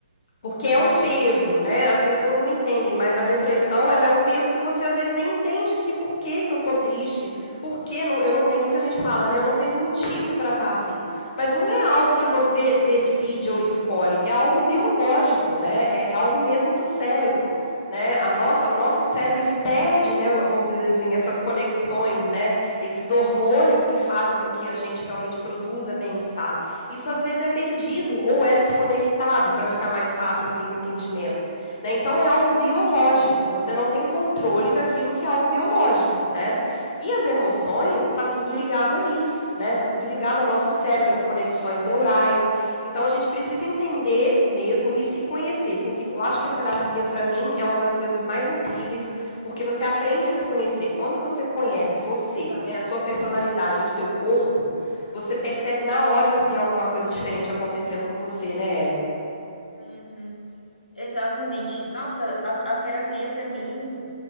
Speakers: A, on the left; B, on the left.
A: Porque
B: E,
A: é um peso, né? As pessoas não entendem, mas a depressão,
B: aham,
A: ela é um peso que você às vezes nem entende que por que que eu tô triste, por que não, eu não tenho, muita gente fala, né? Eu não tenho motivo para estar assim. Mas não é algo
B: aham,
A: que você decide ou escolhe, é algo biológico, né? É, é algo mesmo do cérebro,
B: exato,
A: né? A nossa, o nosso cérebro
B: sim,
A: ele perde, né, vamos dizer assim, essas conexões, né? Esses hormônios que fazem com que a gente realmente produza bem-estar. Isso às vezes é perdido ou é desconectado para ficar mais fácil assim o entendimento, né? Então é algo biológico,
B: uhum,
A: você não tem controle daquilo que é algo biológico, né? E as emoções
B: exato,
A: está tudo ligado a isso, né? Tá tudo ligado ao nosso
B: uhum,
A: cérebro, às conexões neurais. Então a gente precisa entender mesmo e se conhecer, porque eu acho que a terapia para mim é uma das coisas mais incríveis, porque você aprende a se conhecer. Quando você conhece você,
B: exato,
A: né, a sua personalidade e o seu corpo, você percebe na hora se tem alguma coisa diferente acontecendo com você, né, Ellen?
B: uhum. Exatamente. Nossa, a, a terapia para mim,